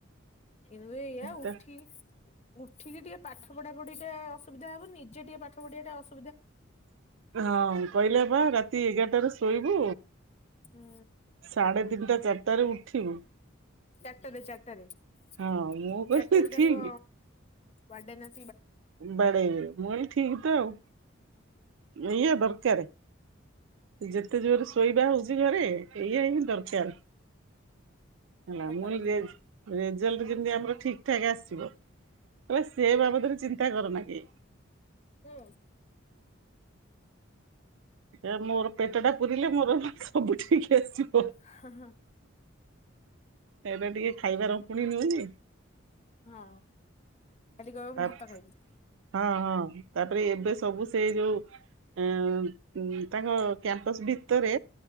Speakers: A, on the left; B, on the right.
A: ଏୟେ ଏଉଆ ଉଠି
B: ତା
A: ଉଠିକି ଟିକେ ପାଠ ପଢା ପଢି ଟା ଅସୁବିଧା ହବ ନିଜେ ଟିକେ ପାଠ ପଢିିବା ଟା ଅସ
B: ହଁ କହିଲେ ବା ରାତି ଏଗାରଟାରୁ ଶୋଇବୁ।
A: ହୁଁ
B: ସାଢେ ତିନିଟା ଚାରିଟ ରେ ଉଠିବୁ
A: ଚାରିଟାରେ ଚାରଟାରେ ଚାରିଟା
B: ହଁ ମୁଁ କହିଲି
A: ରେ
B: ଠିକ
A: ତାଙ୍କ ୱାଡେନ
B: ବାଡେଇ ବେ ମୁ କହିଲି ଠିକ ତ ଆଉ। ଏଇଆ ଦରକାରେ। ଯେତେ ଜୋରେ ଶୋଇବା ହଉଛି ଘରେ ଏଇଆ ହିଁ ଦରକାର। ହେଲା
A: ସତ
B: ମୁଇଁ
A: କଥା।
B: <inaudible> ଯେମତି କିନ୍ଦି ଆମର ଠିକ ଠାକ ଆସିବ ହେଲେ ସେ ବାବଦରେ ଚିନ୍ତା କରନା କି
A: ହୁଁ।
B: ଏ ମୋର ପେଟ ଟା ପୁରିଲେ ମୋର ସବୁ ଠିକ ଆସିବ।
A: ହ ହଁ।
B: ଏବେ ଟିକେ ଖାଇବାର ପୁଣି ନିଉନି।
A: ହଁ ଖାଲି କହିବି
B: ତା
A: ମୁ ଭାତ ଖାଇବି।
B: ହଁ ହଁ ତାପରେ ଏବେ ସବୁ ସେ ଯୋଉ ଅ ଉ ତାଙ୍କ କ୍ୟାମ୍ପସ ଭିତରେ